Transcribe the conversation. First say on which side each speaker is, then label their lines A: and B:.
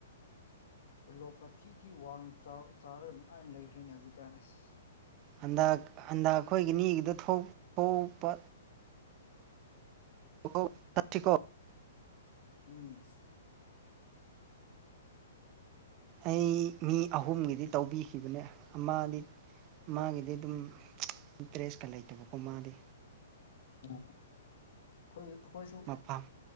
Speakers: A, on the left (about 65°); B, on the right (about 35°).
A: ꯇꯣꯂꯣꯞꯀ ꯊꯤ ꯊꯤ ꯋꯥꯡ ꯆꯥꯎ ꯆꯥꯔꯒ ꯅꯨꯡꯉꯥꯏꯟ ꯂꯩꯈ꯭ꯔꯦꯅꯦ ꯍꯧꯖꯤꯛꯀꯥꯟ ꯑꯁ
B: ꯍꯟꯗꯛ ꯍꯟꯗꯛ ꯈꯣꯏꯒꯤ ꯅꯤꯒꯤꯗꯣ ꯊꯣꯛ ꯊꯣꯛꯄ <unintelligible> <unintelligible> ꯀꯣ
A: ꯎꯝ
B: ꯑꯩ ꯃꯤ ꯑꯍꯨꯝꯒꯤꯗꯤ ꯇꯧꯕꯤꯈꯤꯕꯅꯦ ꯑꯃꯗꯤ ꯃꯥꯒꯤꯗꯤ ꯑꯗꯨꯝ <unintelligible> ꯏꯟꯇ꯭ꯔꯦꯁ ꯀ ꯂꯩꯇꯕꯀꯣ ꯃꯥꯗꯤ
A: ꯑꯣ ꯈꯣꯏ ꯑꯈꯣꯏꯁꯨ
B: ꯃꯐꯝ